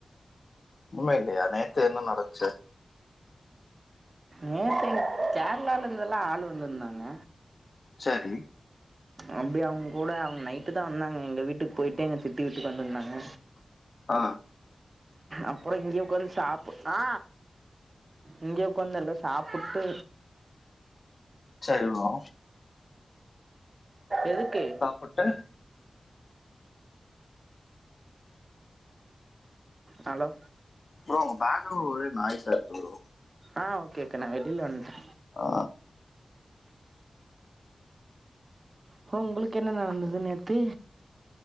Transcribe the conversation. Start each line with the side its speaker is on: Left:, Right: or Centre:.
Left: ஒன்னுமே இல்லயா நேத்து என்ன நடந்துச்சு
Right: நேத்து என்ன கேரளாலேருந்து எல்லா ஆள் வந்துருந்தாங்க
Left: சரி
Right: அப்டி அவுங்கூட அவுங்க நைட்டு தா வந்தாங்க எங்க வீட்டுக்கு போயிட்டு எங்க சித்தி வீட்டுக்கு வந்திருந்தாங்க
Left: ஆ
Right: அப்பறோ இங்கேய உக்காந்து சாப்பு ஆ இங்கேயே உக்காந்து எல்லா சாப்புட்டு
Left: சரி ப்ரோ
Right: எதுக்கு
Left: புட்டு
Right: ஹலோ
Left: ப்ரோ உங்க பேக்ரவுண்ட் ஒரே நாய்ஸ்சா இருக்கு ப்ரோ
Right: ஆ ஓகே கே நா வெளில வந்டே
Left: ஆ
Right: ஓ உங்களுக்கு என்ன நடந்தது நேத்து